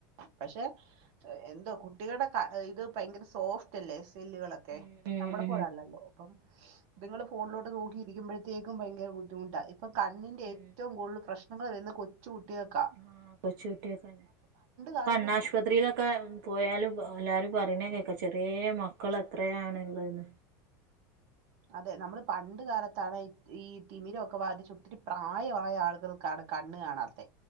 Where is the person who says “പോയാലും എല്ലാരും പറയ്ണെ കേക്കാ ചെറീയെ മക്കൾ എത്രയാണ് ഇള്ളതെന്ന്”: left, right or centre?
Right